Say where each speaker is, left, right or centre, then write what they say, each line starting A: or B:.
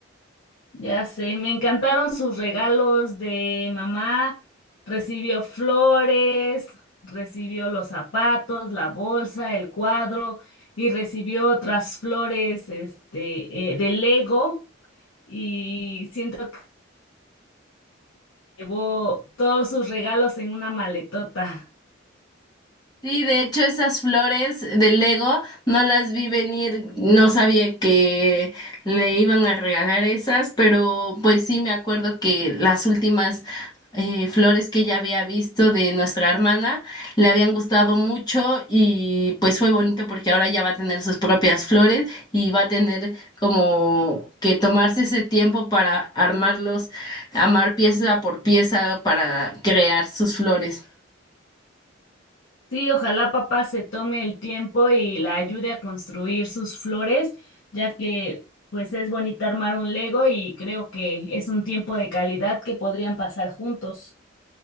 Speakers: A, on the left; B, on the left.
A: Ya sé, me encantaron sus regalos de mamá. Recibió flores, recibió los zapatos, la bolsa, el cuadro y recibió otras flores, este, eh, de Lego y siento que llevó todos sus regalos en una maletota.
B: Sí, de hecho esas flores de Lego no las vi venir, no sabía que le iban a regalar esas, pero pues sí me acuerdo que las últimas eh, flores que ya había visto de nuestra hermana le habían gustado mucho y pues fue bonito porque ahora ya va a tener sus propias flores y va a tener como que tomarse ese tiempo para armarlos, armar pieza por pieza para crear sus flores.
A: Sí, ojalá papá se tome el tiempo y la ayude a construir sus flores, ya que pues es bonito armar un Lego y creo que es un tiempo de calidad que podrían pasar juntos.